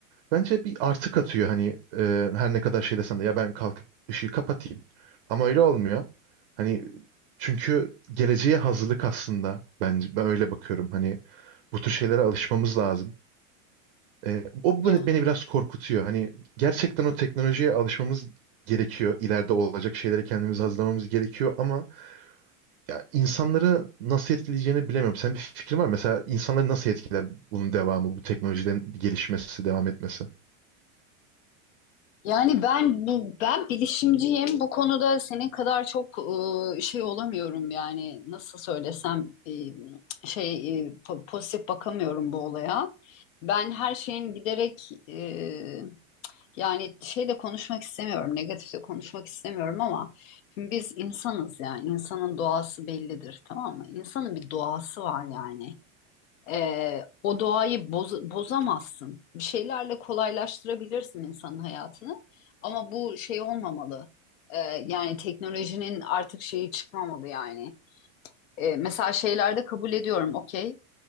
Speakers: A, on the right (about 45°); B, on the left (about 70°).
A: bence bir artı katıyor. Hani e, her ne kadar şey desen de ya ben kalkıp ışığı kapatayım ama öyle olmuyor. Hani çünkü geleceğe hazırlık aslında bence ben öyle bakıyorum. Hani bu tür şeylere alışmamız lazım. E, o
B: Ya,
A: beni beni biraz korkutuyor. Hani gerçekten o teknolojiye alışmamız gerekiyor. İleride olacak şeyleri kendimiz hazırlamamız gerekiyor ama ya insanları nasıl etkileyeceğini bilemiyorum. Sen bir fikrin var mı? Mesela insanları nasıl etkiler bunun devamı, bu teknolojiden gelişmesi, devam etmesi?
B: yani ben bu ben bilişimciyim. Bu konuda senin kadar çok e, şey olamıyorum yani nasıl söylesem e, şey e, po- pozitif bakamıyorum bu olaya. Ben her şeyin giderek ıı, Yani şey de konuşmak istemiyorum, negatif de konuşmak istemiyorum ama şimdi biz insanız yani insanın doğası bellidir tamam mı? İnsanın bir doğası var yani. Ee, o doğayı boz- bozamazsın. Bir şeylerle kolaylaştırabilirsin insanın hayatını ama bu şey olmamalı. Ee, yani teknolojinin artık şeyi çıkmamalı yani. Ee, mesela şeylerde kabul ediyorum, okey